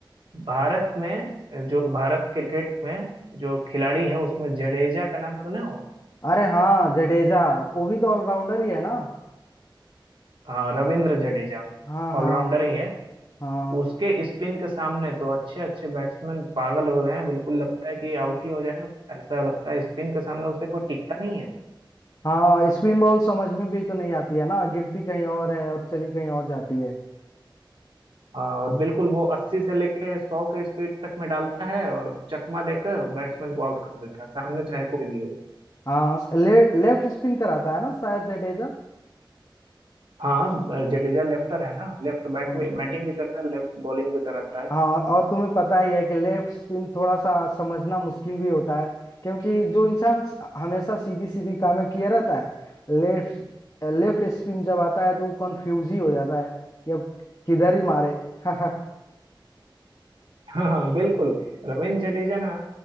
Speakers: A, on the right; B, on the left.
A: भारत में जो भारत क्रिकेट में जो खिलाड़ी हैं उसमें जडेजा का नाम सुने हो
B: अरे हाँ जडेजा वो भी तो ऑलराउंडर ही है ना
A: हाँ रविंद्र जडेजा
B: हाँ हाँ
A: ऑलराउंडर ही है
B: हाँ
A: उसके स्पिन के सामने तो अच्छे अच्छे बैट्समैन पागल हो गए हैं बिल्कुल लगता है कि आउट ही हो जाए ऐसा लगता है स्पिन के सामने उससे कोई टिकता नहीं है
B: हाँ स्पिन बॉल समझ में भी तो नहीं आती है ना गिरती कहीं और है और चली कहीं और जाती है
A: हाँ और बिल्कुल वो अस्सी से लेके सौ के स्पीड तक में डालता है और चकमा देकर बैट्समैन को आउट कर देता है सामने चाहे कोई भी हो
B: हाँ लेफ्ट स्पिन कराता है ना शायद जडेजा
A: हाँ जडेजा लेफ्टर है ना लेफ्ट बैट
B: हम्म
A: में बैटिंग भी करता है लेफ्ट बॉलिंग भी कराता है
B: हाँ और तुम्हें पता ही है कि लेफ्ट स्पिन थोड़ा सा समझना मुश्किल भी होता है क्योंकि जो इंसान स- हमेशा सीधी सीधी कामें किए रहता है लेफ्ट लेफ्ट स्पिन जब आता है तो वो कंफ्यूज ही हो जाता है कि अब किधर ही मारे <laughs>
A: हाँ हाँ, बिल्कुल रविंद्र जडेजा ना